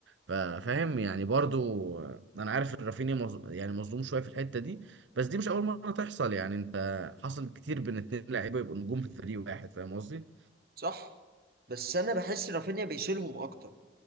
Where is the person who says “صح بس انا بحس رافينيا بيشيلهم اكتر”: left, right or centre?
Right